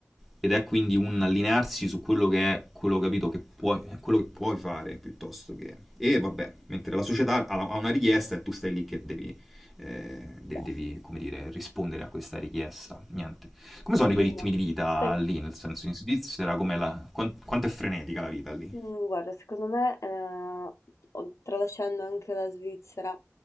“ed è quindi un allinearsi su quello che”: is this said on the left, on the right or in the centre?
Centre